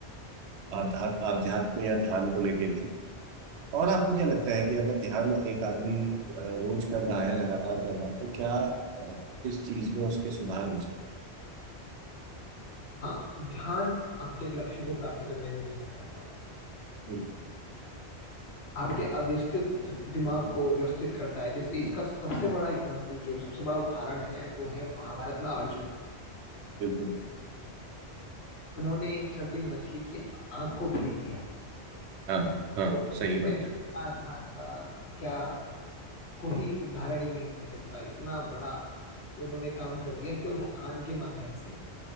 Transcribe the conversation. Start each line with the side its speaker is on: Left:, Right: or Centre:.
Right: आध्या- आध्यात्म या ध्यान को लेके भी और आपको क्या लगता है कि अगर ध्यान एक आदमी अ, रोज कर रहा है लगातार कर रहा है तो क्या अ, किस चीज में उसके सुधार हो सकते
Left: हाँ ध्यान आपके लक्ष्य को प्राप्त करने में मदद करता है
Right: बिल्कुल
Left: आपके अव्यवस्थित दिमाग को व्यवस्थित करता है जैसे इसका सबसे बड़ा एग्जाम्पल जो सबसे बड़ा उदाहरण है वो है महाभारत में अर्जुन
Right: बिल्कुल
Left: उन्होंने एक चलती मछली की आंख को भेद दिया
Right: हाँ हाँ
Left: तो इससे
Right: सही बात
Left: बड़ा
Right: है
Left: ध्यान का क्या कोई उदाहरण ही नहीं हो सकता इतना बड़ा तो उन्होंने काम कर दिया केवल ध्यान के माध्यम से